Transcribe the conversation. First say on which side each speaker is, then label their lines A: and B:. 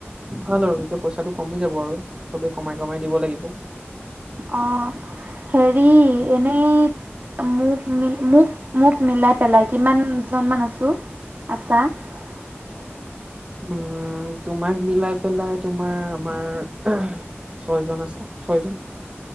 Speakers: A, on the right; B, on the right.
A: ভাল আৰু, এতিয়া পইচাটো কমি যাব, আৰু চবেই কমাই কমাই দিব লাগিব।
B: অ', হেৰি এনেই মোক, ম মোক, মোক মিলাই পেলাই কিমানজন মমান আছো আছা? <unintelligible>
A: উম, মোক মিলাই পেলাই তোমাৰ আমাৰ ছয়জন, আছে ছয়জন